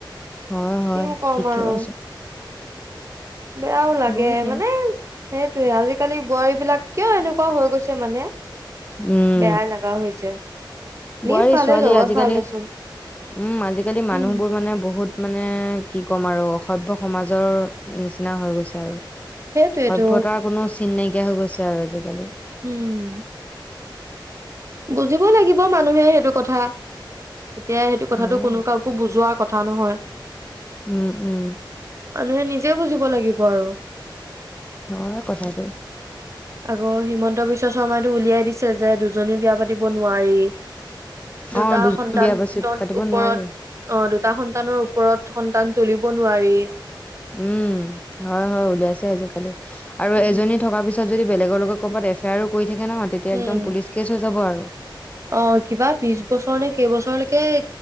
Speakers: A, on the left; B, on the right.
A: হয়, হয়
B: কিনো কম
A: ঠিকে
B: আৰু
A: কৈছে।
B: বেয়াও লাগে
A: হয় দে
B: মানে সেইটয়ে আজিকালি বোৱাৰী বিলাক কিয় এনেকুৱা হৈ গৈছে মানে।
A: উম,
B: বেয়া লাগা হৈছে। নিজ
A: বোৱাৰী,
B: ভালে
A: ছোৱালী
B: জগত
A: আজিকালি
B: ভাল দেচোন।
A: উম, আজিকালি মানুহবোৰ
B: উম
A: মানে বহুত মানে কি ক'ম আৰু অসভ্য সমাজৰ নিচিনা হৈ গৈছে আৰু।
B: সেইটোৱেতো
A: সভয়তাৰ কোনো চিন নাইকিয়া হৈ গৈছে আৰু আজিকালি।
B: উম, বুজিব লাগিব, মানুহে সেইটো কথা এতিয়া সেইটো কথাটো
A: হয়
B: কোনুৱা একো বুজোৱাৰ কথা নহয়।
A: উম, উম।
B: মানুহে নিজে বুজিব লাগিব আৰু
A: হয় কথাটো।
B: আকৌ হিমন্ত বিশ্ব শৰ্মাটোউলিয়াই দিছে যে দুজনী বিয়া পাতিব নোৱাৰি।
A: অ
B: দুটা
A: দুজনী
B: সন্তানৰ
A: বিয়া পাচি পাতিব
B: ওপৰত
A: নোৱাৰি
B: অ' দুটা সন্তানৰ ওপৰত সন্তান তুলিব নোৱাৰি।
A: উম, হয়, হয়। উলিয়াইছে আজিকালি আৰু
B: উম।
A: এজনী থকা পিছত পিছত যদি বেলেগৰ লগে ক'বাত এফ আই আৰ কৰি থাকে নহয় তেতিয়া
B: উম
A: একদম পুলিচ কেচ হৈ যাব আৰু।
B: অ' কিবা বিশ বছৰ নে কেইবছৰলৈকে